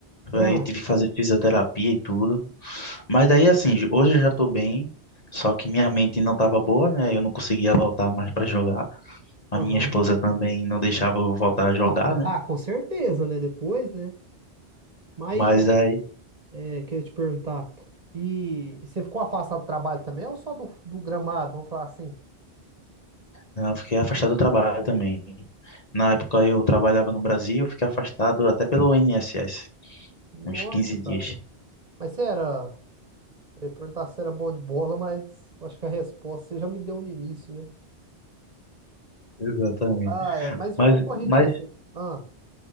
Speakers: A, on the left; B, on the right.
A: daí
B: Ah,
A: tive que fazer fisioterapia e tudo. Mas daí
B: ah,
A: assim, j- hoje eu já tô bem, só que minha mente não tava boa, né? Eu não conseguia voltar mais pra jogar. A
B: aham.
A: minha esposa também não deixava eu voltar
B: <laughs>
A: a jogar, né?
B: Ah, com certeza, né? Depois, né? Mas
A: Mas aí
B: é, queria te perguntar, e você ficou afastado do trabalho também ou só do, do gramado? Vamos falar assim.
A: não, eu fiquei afastado do trabalho também. Na época eu trabalhava no Brasil, eu fiquei afastado até pelo INSS,
B: Nossa,
A: uns quinze
B: cara.
A: dias.
B: Mas você era. Eu ia perguntar se era bom de bola, mas eu acho que a resposta você já me deu no início, né?
A: Exatamente.
B: Ah, é. Mas
A: Mas,
B: uma corridinha,
A: mas,
B: você. Ah,